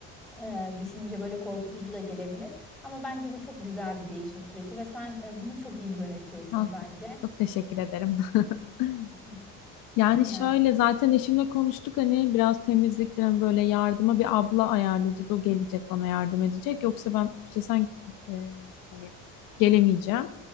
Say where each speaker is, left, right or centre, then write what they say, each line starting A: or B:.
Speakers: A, in the centre; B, on the left.
A: e, düşünce böyle korkutucu da gelebilir. Ama bence bu çok güzel bir değişim süreci ve sen e, bunu çok iyi yönetiyorsun
B: Ha,
A: bence.
B: Çok teşekkür ederim. <laughs>
A: Hı
B: Yani
A: Aynen.
B: şöyle zaten eşimle konuştuk hani biraz temizlikten böyle yardıma bir abla ayarlayacağız. O gelecek bana yardım edecek. Yoksa ben üstesen e, hani gelemeyeceğim.